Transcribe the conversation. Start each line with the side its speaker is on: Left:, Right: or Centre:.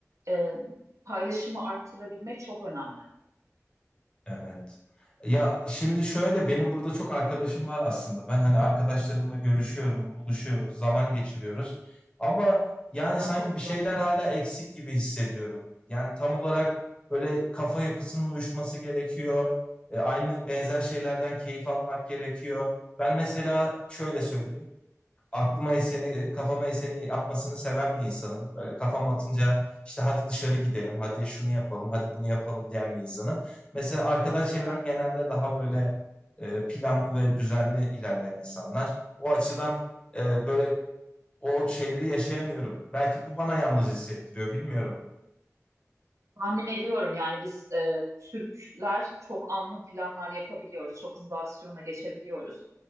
Right: e, paylaşımı arttırabilmek çok önemli.
Left: Evet. Ya şimdi şöyle benim burada çok arkadaşım var aslında. Ben hani arkadaşlarımla görüşüyorum, buluşuyoruz, zaman geçiriyoruz. Ama yani sanki
Right: Aa, çok güzel.
Left: bir şeyler hala eksik gibi hissediyorum. Yani tam olarak böyle kafa yapısının uyuşması gerekiyor. E, aynı benzer şeylerden keyif almak gerekiyor. Ben mesela şöyle söyleyeyim aklıma eseni, kafama eseni yapmasını seven bir insanım. Böyle kafam atınca işte hadi dışarı gidelim, hadi şunu yapalım, hadi bunu yapalım diyen bir insanım. Mesela arkadaş çevrem
Right: Evet.
Left: genelde daha böyle e, planlı ve düzenli ilerleyen insanlar. O açıdan e, böyle o şeyleri yaşayamıyorum. Belki bu bana yalnız hissettiriyor, bilmiyorum.
Right: Tahmin ediyorum yani biz e, Türkler çok anlık planlar yapabiliyoruz. Çok hızlı aksiyona geçebiliyoruz.